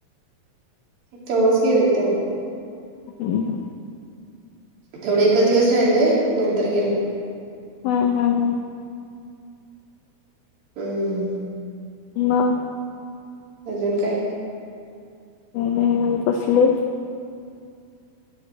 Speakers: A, on the right; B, on the left.
A: तेव्हाच गेले त्यांनी.
B: हम्म हम्म.
A: तेवढ एकच दिवस राहिले नंतर गेले.
B: हम्म हम्म हम्म.
A: हम्म.
B: म
A: अजून काय?
B: काय नाय मंग बसले